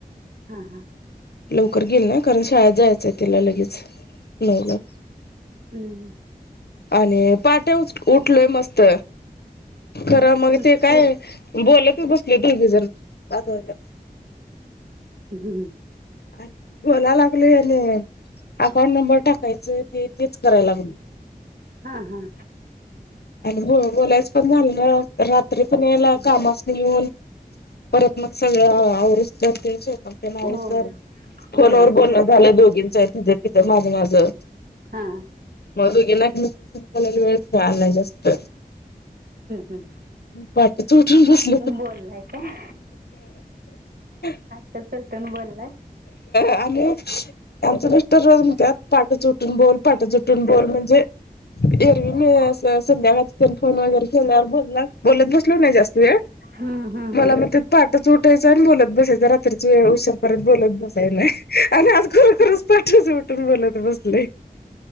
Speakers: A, on the right; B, on the left.
A: हा हा.
B: लवकर गेली ना कारण शाळेत जायचंय तिला लगेच नऊला.
A: हम
B: आणि पहाटे उठलोय मस्त खर मग
A: हम्म,
B: ते काय बोलतच बसले दोघी जण पाच वाजल्यापस
A: <unintelligible>
B: न बोलालागलोय आणि अकाउंट नंबर टाकायचय ते तेच कराय लागल,
A: हां हां
B: आणि ब बोलायच पण झालं ना रात्री पण याला कामास येऊन परत मग सगळं आवरूस तर ते स्वयंपाक तेन
A: होय
B: आवरूस तवर फोनवर
A: वेळ होते
B: बोलणं झालं दोघींच तिथं तिथं माझ माझं
A: हां हम्म,
B: मग दोघींना घे म्हणून वेळ मिळाला जास्त
A: हम्म.
B: पहाटच ऊठुन बस
A: बोललाय काय
B: <unintelligible>
A: ते <unintelligible> बोललाय.
B: आणि त्यांच मिस्टर म्हणत्यात पहाटच उठून बोल पहाटच उठून बोल म्हणजे एरवी मी संध्याकाळच तेन फोन वगैरे केल्यावर बोलनार बोलत बसलो नाही जास्त वेळ
A: हम्म, हम्म.
B: मला म्हणत्यात पहाटच उटायचं आणि बोलत बसायच रात्रीच व उसरपर्यंत बोलत बसाय नाही आणि आज खरोखरच पहाटच उठून बोलत बसलोय.